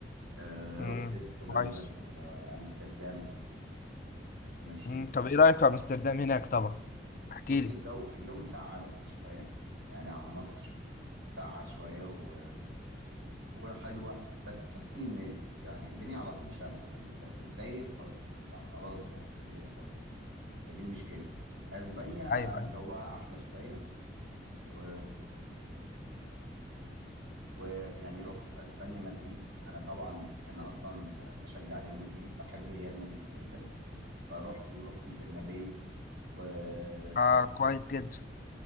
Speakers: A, on the right (about 80°); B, on the left (about 45°).
A: آه،
B: مم،
A: رحت في هولندا
B: كويس
A: آه، امستردام ماشي
B: مم، طب ايه رأيك في امستردام هناك طبعا احكي
A: بص
B: لي
A: الجو الجو ساقع بس شوية يعني عن مصر ساقعة شوية و... وحلوة بس تحس إن يعني الدنيا على طول شمس ما بتلا... بتلاقي خ... خلاص يعني بالليل خالص فدي مشكلة أسبانيا
B: ايوه
A: جوها
B: ايوه
A: أحلى شوية و... ويعني رحت في أسبانيا مدريد أنا طبعا أنا أصلا بشجع ريال مدريد بحب ريال مدريد جدا فرحت ورحت البرنابيو وبرضه
B: اه كويس جدا